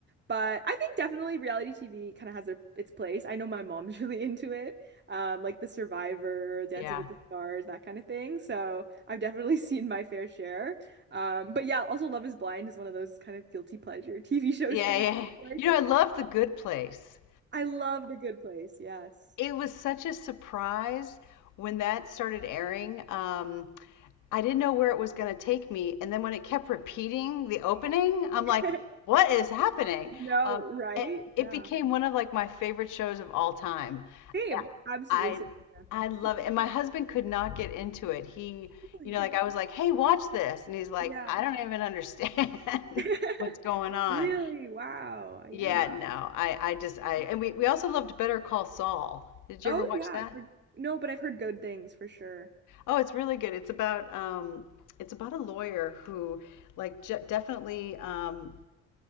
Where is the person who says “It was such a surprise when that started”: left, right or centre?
Left